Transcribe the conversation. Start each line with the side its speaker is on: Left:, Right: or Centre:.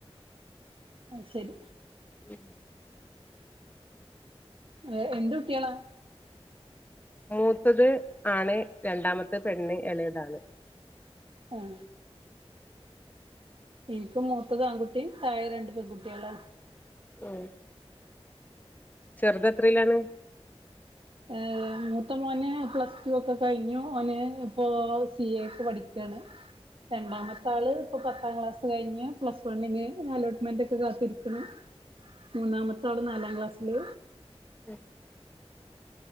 Right: അത് ശരി.
Left: ഉം.
Right: ഏ എന്ത് കുട്ടികളാ?
Left: മൂത്തത് ആണ്, രണ്ടാമത്തെ പെണ്ണ്, ഇളയതാണ്.
Right: ഉം. എനിക്ക് മൂത്തത് ആൺകുട്ടി. താഴെ രണ്ട് പെൺകുട്ടികളാണ്.
Left: ഉം. ചെറുത് എത്രയിലാണ്?
Right: ഏഹ് മൂത്ത മോന് പ്ലസ് ടു ഒക്കെ കഴിഞ്ഞു. അവന് ഇപ്പോൾ സി എ ക്ക് പഠിക്കാണ്.
Left: <inaudible>
Right: രണ്ടാമത്തെ ആള് ഇപ്പൊ പത്താം ക്ലാസ് കഴിഞ്, പ്ലസ് വണ്ണിന് അലോട്ട്മെന്റ് ക്ക കാത്തിരിക്കണു. മൂന്നാമ തൊള്‌ നാലാം ക്ലാസ്സില്.
Left: <unintelligible>